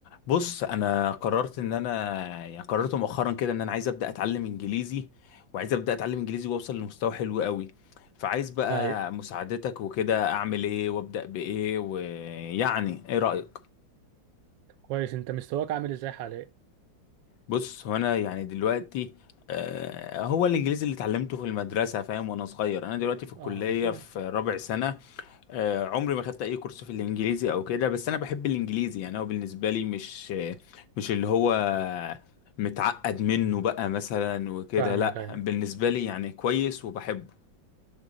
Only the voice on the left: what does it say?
بص انا قررت ان انا يعني قررت مؤخرا كده ان انا عايز ابدا اتعلم انجليزي وعايز ابدا اتعلم انجليزي واوصل لمستوى حلو قوي فعايز بقى
مساعدتك وكده اعمل ايه وابدا بايه ويعني ايه رايك
بص هو انا يعني دلوقتي آه، هو الانجليزي اللي اتعلمته في المدرسه فاهم وانا صغير انا دلوقتي في الكليه
في رابع سنه آه، عمري ما خدت اي كورس في الانجليزي او كده بس انا بحب الانجليزي يعني هو بالنسبه لي مش مش اللي هو متعقد منه بقى مثلا وكده
لا
بالنسبه لي يعني كويس وبحبه